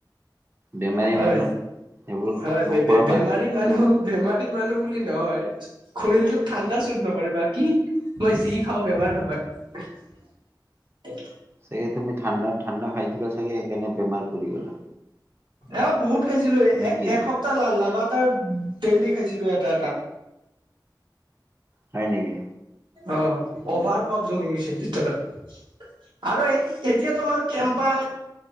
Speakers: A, on the right (about 30°); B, on the right (about 80°).
A: বেমাৰী
B: হয়-হয়
A: মানুহ সেইবোৰ খ- নোখোৱা
B: বে বে বেমাৰী
A: ভাল।
B: মানুহ বেমাৰী মানুহ বুলি নহয় শৰীৰটো ঠাণ্ডা চুত নকৰে। বাকী মই যি খাওঁ বেমাৰ নহয়।
A: চাগে তুমি ঠাণ্ডাত ঠাণ্ডা খায় দিলা চাগে সেইকাৰণে বেমাৰ পৰি গ'লা।
B: এই বহুত খাইছিলোঁ এ
A: নেকি?
B: এসপ্তাহ লাগাটাৰ ডেইলি খাইছিলোঁ এটা-এটা।
A: হয় নেকি?
B: অ'
A: উম,
B: অভাৰ কফ জমি গৈছে ভিতৰত আৰু এই এতিয়া তোমাৰ কেম্পা
A: উম,